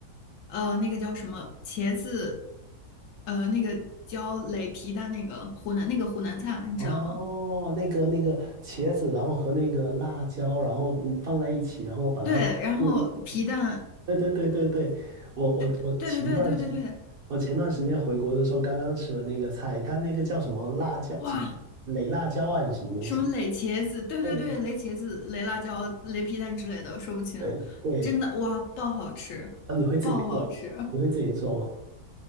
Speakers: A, on the left; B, on the right.
A: 呃，那个叫什么茄子，呃，那个叫擂皮蛋，那个湖南那个湖南菜，你知道吗？
B: 哦，那个那个茄子，然后和那个辣椒，然后嗯放在一起，然后把它用，
A: 对，然后皮蛋，
B: 对对对对对，我我我前段时
A: 对对对对对对对，
B: 我前段时间回国的时候，刚刚吃了那个菜，它那个叫什么辣椒，
A: 哇！
B: 什么雷辣椒啊还是什么东西？
A: 什么垒茄子，对对对，
B: 对
A: 垒茄子、垒辣椒、垒皮蛋之类的，说不清。
B: 对对，
A: 真的，哇，爆好吃，
B: 啊，你会自己做？
A: 爆好吃。
B: 你会自己做吗？